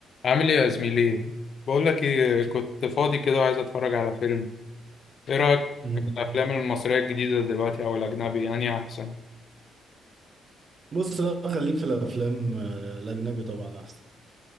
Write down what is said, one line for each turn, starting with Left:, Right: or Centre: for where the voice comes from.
Left: عامل ايه يا زميلي بقول لك ايه كنت فاضي كده وعايز اتفرج على فيلم ايه رايك
Right: مم.
Left: في الافلام المصريه الجديده دلوقتي او الاجنبي يعني احسن
Right: بص لا خليك في الافلام آه، الاجنبي طبعا احسن